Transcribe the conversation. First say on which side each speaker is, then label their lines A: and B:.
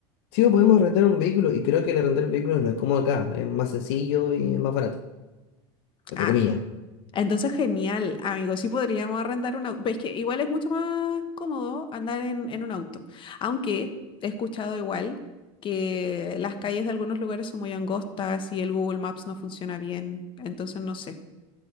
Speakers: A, on the left; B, on the left.
A: Sí, o podemos rentar un vehículo y creo que el rentar el vehículo no es como acá, es más sencillo y es más barato, entre
B: Ah,
A: comillas.
B: Entonces, genial, amigos. Sí podríamos arrendar un auto. Es que igual es mucho más cómodo andar en, en un auto. Aunque he escuchado igual que las calles de algunos lugares son muy angostas y el Google Maps no funciona bien. Entonces, no sé.